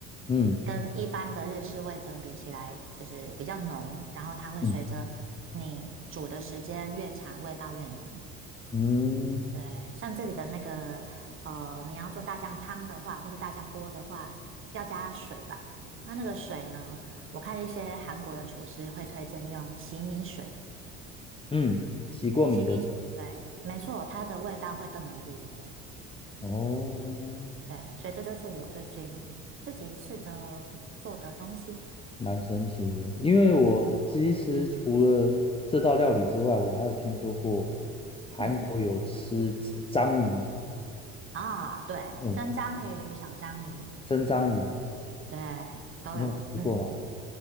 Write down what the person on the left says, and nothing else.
嗯
嗯
嗯
嗯，洗过米的水。
哦，
蛮神奇的，因为我其实除了这道料理之外，
我还有听说过韩国有吃章鱼。
嗯
生章鱼，
你有吃过吗？